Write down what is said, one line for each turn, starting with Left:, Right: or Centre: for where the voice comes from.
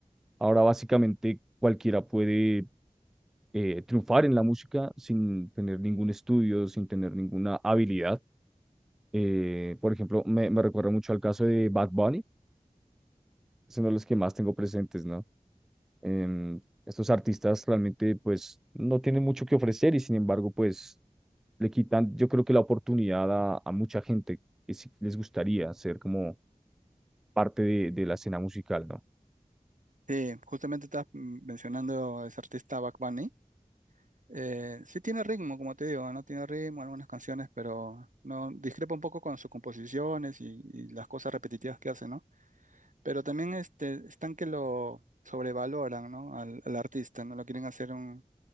Centre: ahora básicamente cualquiera puede eh, triunfar en la música sin tener ningún estudio, sin tener ninguna habilidad. Eh, por ejemplo, me, me recuerda mucho al caso de Bad Bunny son de los que más tengo presentes, ¿no? Em, estos artistas realmente, pues, no tienen mucho que ofrecer y sin embargo, pues, le quitan, yo creo que la oportunidad a, a mucha gente que sí les gustaría ser como parte de, de la escena musical, ¿no?
Right: Sí, justamente estás mm, mencionando a ese artista Bugs Bunny. Eh, sí tiene ritmo, como te digo, no tiene ritmo algunas canciones, pero no discrepa un poco con sus composiciones y, y las cosas repetitivas que hace, ¿no? Pero también este, están que lo sobrevaloran, ¿no? Al, al artista, ¿no? Lo quieren hacer un,